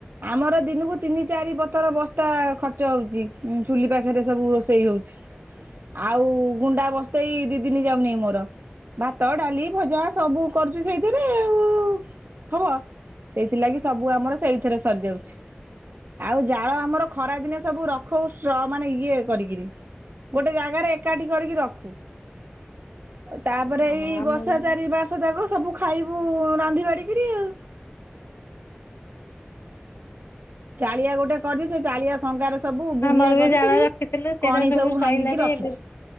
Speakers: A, on the right; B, on the left.
A: ଆମର ଦିନକୁ ତିନି ଚାରି ପଥର ବସ୍ତା ଖର୍ଚ୍ଚ ହଉଚି ଚୁଲି ପାଖରେ ସବୁ ରୋ ସେଇ ହେଉଚି ଆଉ ଗୁଣ୍ଡା ବସ୍ତେଇ ଦି ଦିନି ଯାଉନି ମୋର ଭାତ ଡ଼ାଲି ଭଜା ସବୁ କରୁଚୁ ସେଇଥିରେ ଆଉ ହବ। ସେଇଥିଲାଗି ସବୁ ଆମର ସେଇଥିରେ ସରିଯାଉଛି। ଆଉ ଜାଳ ଆମର ଖରା ଦିନେ ସବୁ ରଖୁ ଷ୍ଟ୍ର ମାନେ ଇଏ କରିକିରି ଗୋଟେ ଜାଗାରେ ଏକାଠି କରିକି ରଖୁ। ତାପରେ
B: ଓହୋ
A: ଏଇ
B: ଆମର
A: ବର୍ଷା
B: ବି
A: ଚାରି ମାସ ଯାକ ସବୁ ଖାଇବୁ ରାନ୍ଧି ବାଡ଼ିକିରି ଆଉ। ଚାଳିଆ ଗୋଟେ କରିଚି ସେଚାଳିଆ ଶଙ୍ଗାରେ ସବୁ ବୁଡିଆ
B: ଆମର ବି
A: କରିକିରି
B: ଜାଳ ରଖିଥିଲୁ ସେଇଟା
A: କଣି ସବୁ
B: ସଇଲାଣି
A: ଭାଙ୍ଗିକି ରଖିଚି।
B: ଏବେ